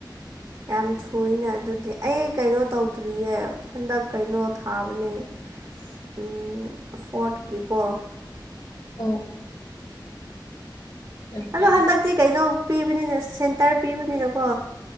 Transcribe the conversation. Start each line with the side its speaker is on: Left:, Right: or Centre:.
Right: ꯌꯥꯝ ꯊꯨꯏꯅ ꯑꯗꯨꯗꯤ ꯑꯩ ꯀꯩꯅꯣ ꯇꯧꯗ꯭ꯔꯤꯌꯦ ꯍꯟꯗꯛ ꯀꯩꯅꯣ ꯊꯥꯕꯅꯦ ꯎꯝ ꯐꯣꯔꯠꯀꯤꯀꯣ
Left: ꯑꯣ ꯌꯥꯝ ꯐꯩꯌꯦ
Right: ꯑꯗꯣ ꯍꯟꯗꯛꯇꯤ ꯀꯩꯅꯣ ꯄꯤꯕꯅꯤꯅ ꯁꯦꯟꯇꯔ ꯄꯤꯕꯅꯤꯅꯀꯣ